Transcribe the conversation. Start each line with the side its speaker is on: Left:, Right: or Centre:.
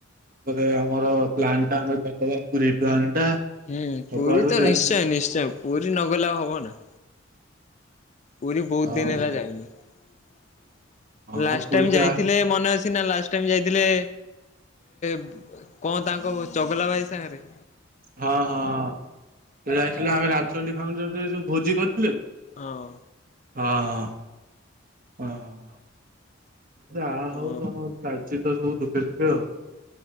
Right: ତାପରେ ଆମର ପ୍ଲାନ୍ ଟା ଆମେ କରିଦବା ପୁରୀ ପ୍ଲାନ୍ ଟା।
Left: ହୁଁ
Right: ସବୁଆଡୁ
Left: ପୁରୀ ତ
Right: ଦେଇ
Left: ନିଶ୍ଚୟ
Right: ସବୁ
Left: ନିଶ୍ଚୟ ପୁରୀ ନଗଲେ ଆଉ ହବ ନା ପୁରୀ ବହୁତ
Right: ଆଉ
Left: ଦିନ ହେଲା ଯାଇନି <unintelligible> ଲାଷ୍ଟ
Right: ହଁ ପୁରୀ
Left: ଟାଇମ୍
Right: ଯା
Left: ଯାଇଥିଲେ। ମନେ ଅଛି ନା ଲାଷ୍ଟ ଟାଇମ୍ ଯାଇଥିଲେ। <unintelligible> ହଁ ତାଙ୍କ ଚଗଲା ଭାଇ ସାଙ୍ଗରେ
Right: ହଁ ହଁଁ ଯାଇଥିଲେ ଆମେ ରାମଚଣ୍ଡୀ ଫାମଚଣ୍ଡୀ ଯୋଉ ଭୋଜି କରିଥିଲେନି <unintelligible>
Left: ହଁ।
Right: ହଁ, ହଁ, ହଁ। ଯା
Left: ହଁ
Right: ହଉ ଆମ ଚାଲିଚି ତ ସବୁ ଦୁଃଖେ ସୁଖେ ଆଉ